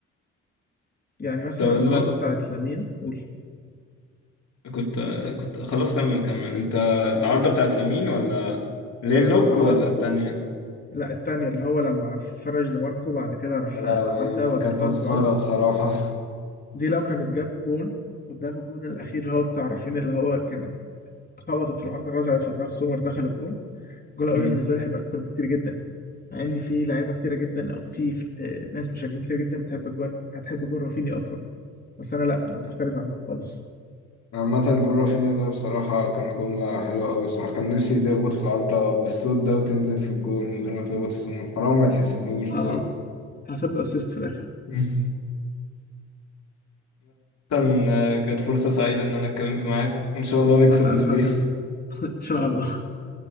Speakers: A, on the left; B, on the left.
A: يعني مثلا
B: كنت أقول
A: العارضه
B: لك
A: بتاعت لامين قول
B: كنت كنت خلاص كمل كمل أنت العارضة بتاعت لامين ولا ليه اللوب
A: اه العارضه
B: ولا التانية؟
A: لا التانية اللي هو لما فرش دماركو بعد كده راح
B: يا لهوي
A: عدى
B: ما
A: وبعدين
B: كانت
A: خبطها
B: مسخرة
A: في العارضه
B: بصراحة
A: دي لو كانت جت جون قدام الجون الاخير اللي هو بتاع رافينيا اللي هو كانت خبطت في العارضه رزعت في دماغ سومر دخلت جون الجون الاولاني
B: <laughs>
A: بالنسبه لي هيبقى اكتر بكتير جدا مع ان في لعيبه كتيره جدا او في في- آه، ناس مشجعين كتير جدا بتحب جوان هتحب جون رافيني اكتر بس انا لا انا مختلف
B: مم.
A: عنهم خالص
B: عامة جول رافينيا ده بصراحة كان جملة حلوة أوي بصراحة كان نفسي تخبط في العارضة بالصوت ده وتنزل في الجول من غير ما تخبط في السمون حرام ما يتحسبلوش
A: اه
B: بصراحة
A: حسب له اسيست في الاخر
B: <laughs> عامة آه، كانت فرصة سعيدة إن أنا اتكلمت معاك وإن شاء الله نكسب
A: وانا
B: بالليل
A: اسعد جدا
B: <laughs>
A: <laughs> ان شاء الله